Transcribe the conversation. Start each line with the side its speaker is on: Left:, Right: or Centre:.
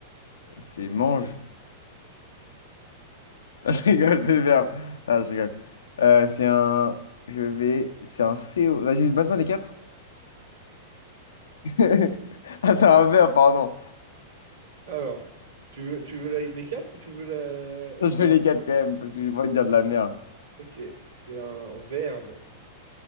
Left: C'est mange. <laughs> Non, je rigole, c'est le verbe. Non, je rigole. Euh, c'est un. Je vais. C'est un CO. Vas-y, passe-moi les quatre. <laughs> Ah, c'est un verbe, pardon.
Right: Alors, tu veux, tu veux la- les quatre ou tu veux la... ou
Left: Je fais
Right: tu-
Left: les quatre quand même, parce que j'ai pas envie de dire de la merde.
Right: Ok, c'est un verbe.